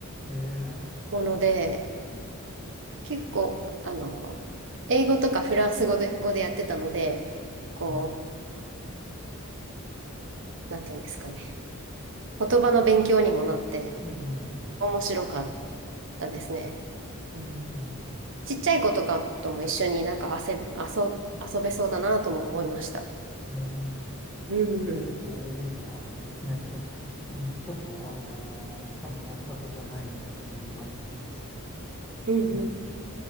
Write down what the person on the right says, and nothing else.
もので、結構、あの、英語とかフランス語で、語でやってたので、こう、
なんていうんですかね。言葉の勉強にもなって、
面白かったですね。うん、
ちっちゃい子とかとも一緒になんか遊べ、遊遊べそうだなとも思いました。
うん、うん、
うん